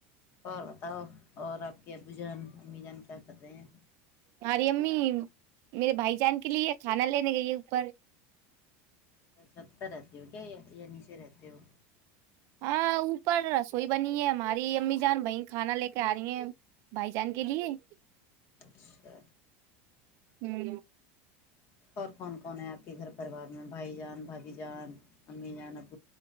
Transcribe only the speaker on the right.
ہاری امی میرے بھائی جان کے لیے کھانا لینے گئی ہے اوپر
ہاں اوپر رسوئی بنی ہے ہماری امی جان وہیں کھانا لے کے آ رہی ہیں بھائی جان کے لیے
ہوں